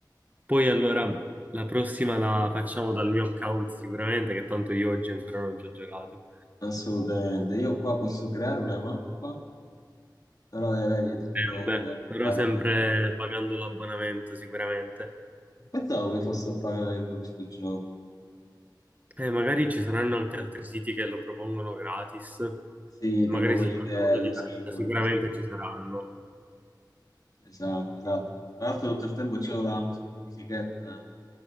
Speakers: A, on the right; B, on the left.
A: Poi allora la prossima la facciamo dal mio account sicuramente, che tanto io oggi ancora non ci ho giocato.
B: Assolutamente. Io qua posso creare una mappa, però eh, vedi, è tutto
A: Eh, vabbè,
B: a
A: però
B: pagamento.
A: sempre pagando l'abbonamento sicuramente.
B: Pensavo che fosse a pagamento questo gioco.
A: Eh, magari ci saranno anche altri siti che lo propongono gratis.
B: Sì,
A: Magari
B: tipo quelli
A: si fa
B: che
A: in modo
B: lo
A: diverso,
B: simulano.
A: sicuramente ci saranno.
B: Esatto, esatto. Tra l'altro tutto il tempo c'è la, mus- la musichetta.